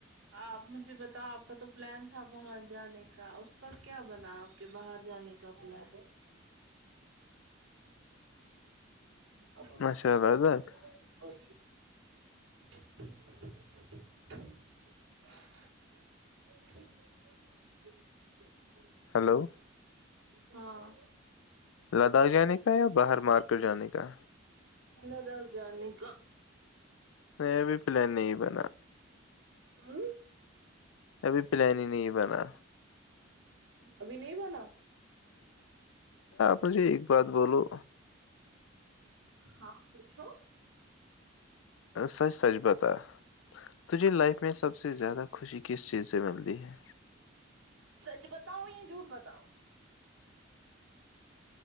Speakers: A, on the right; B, on the left.
A: آپ مجھے بتاؤ آپ کا تو پلان تھا باں جانے کا اس کا کیا بنا آپ کے باہر جانے کا پلان آ
B: ماشاء اللہ
A: سب
B: لداخ
A: تو چھ <unintelligible> <unintelligible>
B: ہلو
A: ہاں
B: لداخ جانے کا یا باہر مار کر جانے کا
A: ندار جانے کا
B: نہیں ابھی پلان نہیں بنا
A: ہوں
B: ابھی پلان ہی نہیں بنا
A: ابھی نہیں والا
B: مھے ایک بات بولو
A: ہاں پوچھو
B: سچ سچ بتا تجھے لائف میں سب سے زیادہ خوشی کس چیز سے ملتی ہے
A: سچ بتاؤ یا جھوٹ بتا تاؤ